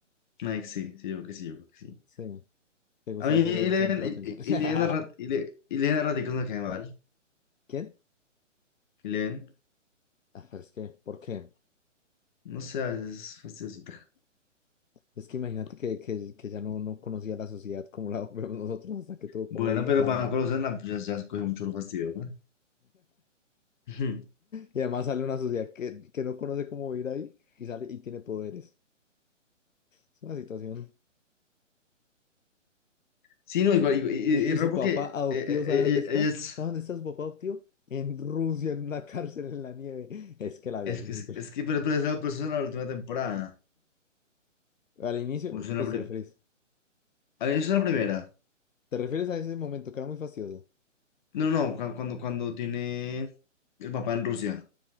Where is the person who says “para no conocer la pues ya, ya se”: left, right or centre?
Left